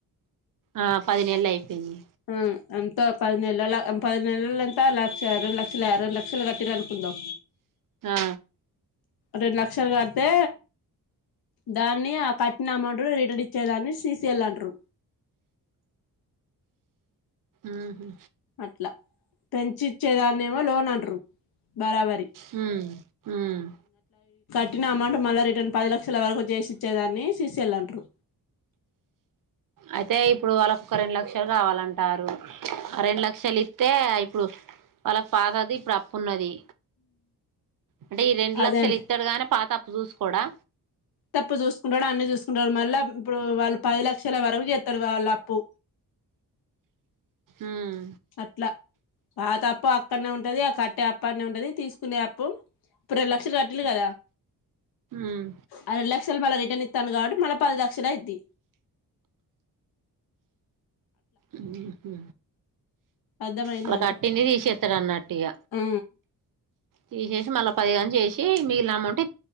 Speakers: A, on the right; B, on the left.
A: ఆ పదినేళ్ళు అయిపోయింది
B: ఆ అంతా పది నెలల పది నెలల ఎంత లక్ష రెండు లక్షలు రెండు లక్షలు కట్టిరు అనుకుంట ద
A: హా
B: రెండు లక్షలు కడితే దాన్ని ఆ కట్టిన అమౌంట్ రిటర్న్ ఇచ్చేదాన్ని సిసిఎల్ అంటరు
A: ఉహు
B: అట్లా పెంచిచ్చేదాన్ని ఏమో లోన్ అంటారు బరాబర్
A: హ్మ్మ్ హ్మ్మ్
B: పట్టిన అమౌంట్ మళ్ళీ రిటర్న్ పది లక్షల వరకు చేసి ఇచ్చేదాన్ని సిసిఎల్ అంటారు
A: అయితే ఇప్పుడు వాళ్ళకు ఒక రెండు లక్షలు కావాలంటారు ఆ రెండు లక్షలు అే ఇప్పుడు వాళ్ళ ఫాదర్ కి ఇప్పుడు అప్పు ఉన్నది అంటే ఈ రెండు
B: అదే
A: లక్షలు
B: అండి
A: ఇత్తడుగానీ పాత అప్పు చూసుకోడా
B: తప్పు చూసుకుంటాడు అన్ని చూసుకుంటాడు మళ్ళా ఇప్పుడు వాళ్ళు పది లక్షల వరకు చెస్తాడు వాళ్ళ అప్పు
A: ఉమ్
B: అట్లా పాతప్పు అక్కడనే ఉంటది ఆ క ట్ట అప్ప ఆడనే ఉంటది తీసుకునే అప్పు ఇప్పుడు రెండు లక్షలు కట్టిలు కదా
A: ఉమ్
B: ఆ రెండు లక్షలు మళ్ళీ రిటర్న్ ఇచ్ తను కాబట్టి మళ్ళ పది లక్షలు అయిది
A: ఉహు
B: అర్థమయిందా
A: అలా
B: అండి
A: కట్టింది తీసేస్తారు అనుకుంట ఇగ
B: ఆ
A: తీసేసి మళ్ళా పదిగాని చేసి మిగిలిల అమౌంటే